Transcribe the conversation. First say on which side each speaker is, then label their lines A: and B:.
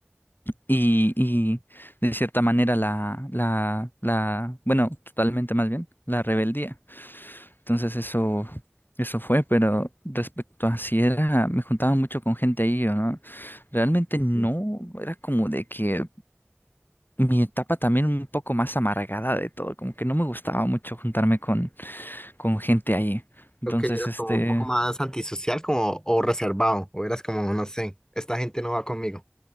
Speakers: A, on the left; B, on the left.
A: y, y de cierta manera la, la, la, bueno, totalmente más bien, la rebeldía. Entonces eso, eso fue, pero respecto a si era, me juntaba mucho con gente ahí o no, realmente
B: ujú.
A: no, era como de que mi etapa también un poco más amargada de todo, como que no me gustaba mucho juntarme con, con gente ahí.
B: Creo
A: Entonces,
B: que eras
A: este,
B: como un poco más antisocial como, o reservado, o eras como, no sé, esta gente no va conmigo.